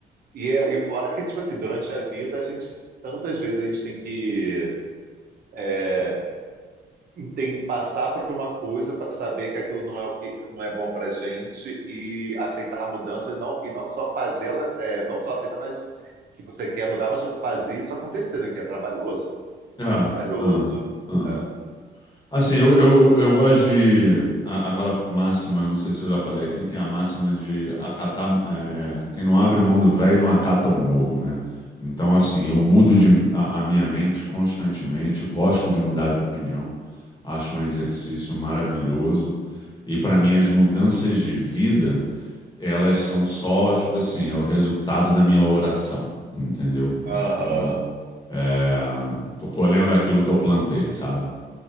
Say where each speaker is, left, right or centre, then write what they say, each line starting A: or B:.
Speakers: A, on the right; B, on the left.
A: e, é- e fora que, tipo assim, durante a vida a gente tantas vezes a gente tem que é, enten- passar por uma coisa para saber que aquilo não é o que não é bom para gente e aceitar a mudança e não e não só fazê-la, é, não só aceitar, mas que você quer mudar, mas fazer isso acontecer, né? Que é trabalhoso,
B: É, é,
A: é trabalhoso.
B: é.
A: É.
B: Assim, eu, eu, eu eu gosto de a- aquela máxima, eu não sei se eu já falei aqui, que é a máxima de acatar, é, quem não abre mão do velho não acata o novo, né? Então, assim, eu mudo de, a, a minha mente constantemente, gosto de mudar de opinião, acho um exercício maravilhoso. E para mim, as mudanças de vida, elas são só, tipo assim, é o resultado da minha oração, entendeu?
A: Aham.
B: Então. É, tô colhendo aquilo que eu plantei, sabe?